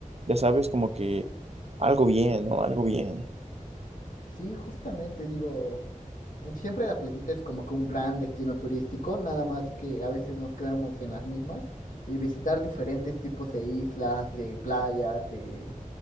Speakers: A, on the right; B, on the left.
A: Ya sabes, como que algo bien, ¿no? Algo bien.
B: Sí, justamente digo, eh, Siempre la playita es como que un gran destino turístico, nada más que a veces nos quedamos en las mismas y visitar diferentes tipos de islas, de playas, de,